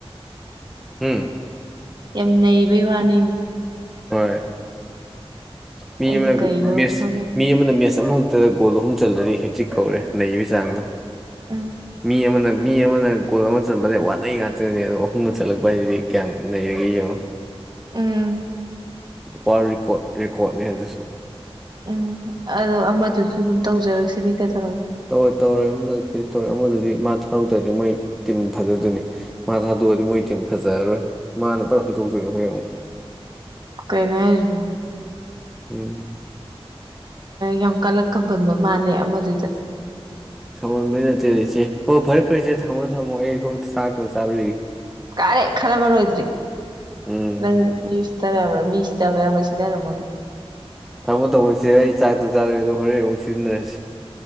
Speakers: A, in the centre; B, on the right (about 45°).
A: ꯎꯝ
B: ꯌꯥꯝ ꯅꯩꯕꯩ ꯋꯥꯅꯤꯅꯦ
A: ꯍꯣꯏ ꯃꯤ
B: ꯑꯩꯗꯤ
A: ꯑꯃꯅ
B: ꯀꯩꯅꯣꯕꯨ ꯈꯜꯂꯦ
A: ꯃꯤ ꯑꯃꯅ ꯃꯦꯁ ꯑꯃ ꯑꯗꯨꯗ ꯒꯣꯜ ꯑꯍꯨꯝ ꯆꯂꯗꯤ ꯍꯦꯛꯇꯤꯛ ꯀꯧꯔꯦ ꯅꯩꯕꯒꯤ ꯆꯥꯡꯗꯣ
B: ꯎꯝ
A: ꯃꯤ ꯑꯃꯅ ꯃꯤ ꯑꯃꯅ ꯒꯣꯜ ꯑꯃ ꯆꯟꯕꯅꯦ ꯋꯥꯠꯅꯩ ꯉꯥꯛꯇꯅꯤ ꯑꯗꯣ ꯑꯍꯨꯝꯒ ꯆꯠꯂꯛꯄ ꯍꯥꯏꯁꯤꯗꯤ ꯀꯌꯥꯝ ꯅꯩꯔꯒꯦ ꯌꯦꯡꯉꯨ
B: ꯎꯝ
A: ꯋꯥꯔꯜ ꯔꯦꯀꯣꯔꯠ ꯔꯦꯀꯣꯔꯠꯅꯦ ꯑꯗꯨꯁꯨ
B: ꯎꯝ ꯑꯗꯣ ꯑꯃꯗꯨꯁꯨ ꯑꯗꯨꯝ ꯇꯧꯖꯔꯛꯁꯤꯅꯦ ꯀꯩꯗꯧꯔꯒꯦ
A: ꯇꯧꯔꯣꯏ ꯇꯧꯔꯦꯢ ꯑꯃꯗꯨꯗꯤ ꯀꯩꯝ ꯇꯧꯔꯦꯢ ꯑꯃꯗꯨꯗꯤ ꯃꯥ ꯊꯣꯛꯈꯛꯇ꯭ꯔꯥꯗꯤ ꯃꯣꯏ ꯇꯤꯝ ꯐꯖꯗꯣꯏꯅꯤ ꯃꯥ ꯊꯥꯗꯣꯛꯑꯗꯤ ꯃꯣꯏ ꯇꯤ ꯐꯖꯔꯔꯣꯏ ꯃꯥꯅ ꯄꯨꯂꯞ ꯍꯩꯗꯣꯛꯇꯣꯏꯅꯦ ꯍꯣꯏ ꯑꯃꯨꯛ
B: ꯀꯩꯅ ꯍꯥꯏꯁꯤꯕꯣ
A: ꯎꯝ
B: ꯌꯥꯝ ꯀꯂꯛ ꯈꯝꯕꯟꯕ ꯃꯥꯜꯂꯦ ꯑꯃꯗꯨꯗ
A: ꯈꯝꯕꯟꯕꯩ ꯅꯠꯇꯦꯗ ꯏꯆꯦ ꯍꯣ ꯐꯔꯦ ꯐꯔꯦ ꯏꯆꯦ ꯊꯝꯃꯣ ꯊꯝꯃꯣ ꯑꯩ ꯁꯣꯝ ꯆꯥꯛ ꯆꯥꯔꯨꯈꯤꯒꯦ
B: ꯀꯥꯔꯤ ꯈꯠꯅꯕ ꯂꯣꯏꯗ꯭ꯔꯤ
A: ꯎꯝ
B: ꯅꯪ ꯃꯤ ꯎꯁꯤꯠꯇꯕ ꯌꯥꯕ꯭ꯔꯣ ꯃꯤꯁꯤ ꯁꯤꯗꯕ ꯌꯥꯕ ꯁꯤꯗ ꯔꯝꯃꯥꯒ
A: ꯊꯃꯣ ꯊꯝꯃꯣ ꯏꯆꯦ ꯑꯩ ꯆꯥꯛ ꯑꯝꯇꯥ ꯆꯥꯔꯨꯒꯦ ꯑꯗꯣꯒ ꯍꯣꯔꯦꯟ ꯑꯃꯨꯛ ꯁꯤꯗꯥꯅꯔꯁꯦ